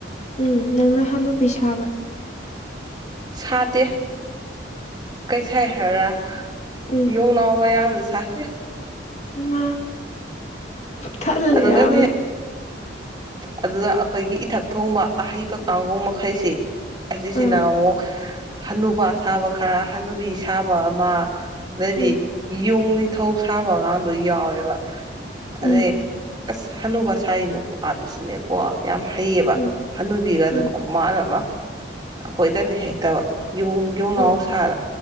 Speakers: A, on the left; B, on the right.
A: ꯎꯝ ꯅꯪ ꯅ ꯍꯥꯟꯅꯨꯕꯤ ꯁꯥꯕ꯭ꯔꯥ
B: ꯁꯥꯗꯦ ꯀꯩꯁꯥꯏ ꯍꯥꯏꯔꯣꯔ
A: ꯎꯝ
B: ꯌꯣꯡꯅꯥꯎ ꯃꯌꯥꯝꯗꯣ ꯁꯥꯏ
A: ꯏꯃꯥ ꯇꯜꯂꯦ
B: ꯑꯗꯨꯒꯅꯦ
A: ꯌꯥꯝꯅ
B: ꯑꯗꯨꯗ ꯑꯩꯈꯣꯏꯒꯤ ꯏꯊꯛ ꯊꯣꯡꯕ ꯑꯍꯩꯕ ꯀꯥꯡꯒꯨ ꯃꯈꯩꯁꯦ ꯑꯁꯤꯁꯤꯅ
A: ꯑꯥ
B: ꯑꯃꯨꯛ ꯍꯅꯨꯕ ꯁꯥꯕ ꯈꯔ ꯍꯅꯨꯕꯤ ꯁꯥꯕ ꯑꯃ ꯑꯗꯩꯗꯤ
A: ꯎꯝ
B: ꯌꯣꯡ ꯅꯤꯡꯊꯧ ꯁꯥꯕ ꯀꯥꯟꯗꯣ ꯌꯥꯎꯋꯦꯕ
A: ꯎꯝ
B: ꯑꯗꯩ ꯑꯁ ꯍꯅꯨꯕ ꯁꯥꯔꯤ ꯅꯨꯄꯥꯄꯥꯗꯨꯁꯨꯅꯦꯀꯣ ꯌꯥꯝ ꯍꯩꯌꯦꯕ
A: ꯎꯝ
B: ꯍꯅꯨꯕꯤꯒ
A: ꯎꯝ
B: ꯗꯣ ꯈꯨꯃꯥꯟ ꯑꯃ ꯑꯩꯈꯣꯏꯗꯅꯦ ꯍꯩꯇꯕ ꯌꯣꯡꯅꯥꯎ
A: ꯎꯝ
B: ꯁꯥꯔ